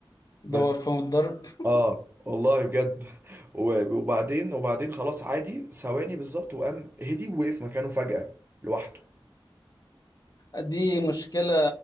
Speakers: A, on the left (about 45°); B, on the right (about 25°).
A: دور
B: بس
A: فيهم الضرب
B: اه والله بجد <laughs> وب- وبعدين وبعدين خلاص عادي ثواني بالظبط وقام هدي ووقف مكانه فجأة لوحده
A: <laughs> دي مشكلة